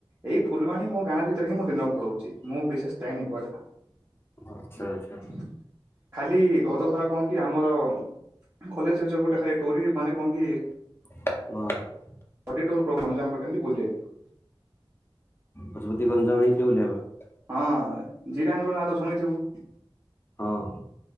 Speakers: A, on the right; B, on the left.
A: ଏଇ ଫୁଲବାଣୀ ମୋ ଗାଁ ଭିତରେ ହିଁ ମୁଁ ଦିନ ପଳଉଛି ମୁଁ ବିଶେଷ ଯାଇନି ପେ
B: ଆଚ୍ଛା ଆଚ୍ଛା
A: <inaudible> ଖାଲି ଗତଥର କଣ କି ଆମର କଲେଜରେ ଯୋଉ ଗୋଟେ ଖାଲି ଟୋରି ମାନେ କଣକି
B: ହ <inaudible>
A: ଅଡ଼ି ଟୋର ପ୍ରୋଗ୍ରମ୍ ଜା ପଟମିୁଲଲିାଇଥିଲୁ <inaudible>
B: ଗଜପତି ଗଞ୍ଜାମ ଯାଇଥିଲ ବୁଲିବା ପାଇଁ?
A: ହଁ ଜିରାଙ୍ଗ ର ନାଁ ତ ଶୁଣିଥିବୁ।
B: ହଁ